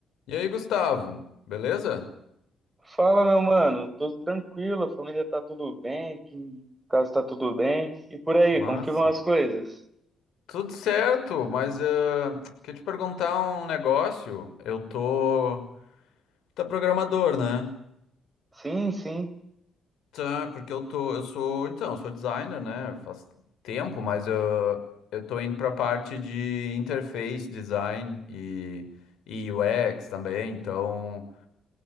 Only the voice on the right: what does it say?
Fala, meu mano. Tudo tranquilo, a família tá tudo bem, aqui em casa tá tudo bem. E por aí,
como que vão as coisas?
Sim, sim.